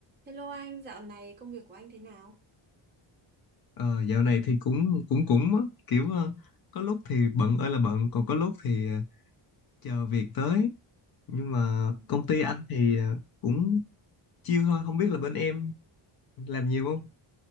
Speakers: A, on the right; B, on the left.
A: Hello anh, dạo này công việc của anh thế nào?
B: Ờ, dạo này thì cũng cũng cũng á, kiểu ờ, có lúc thì bận ơi là bận còn có lúc thì ờ, chờ việc tới nhưng mà
A: Ừ.
B: công ty anh thì ờ, cũng chill thôi không biết là bên em làm nhiều không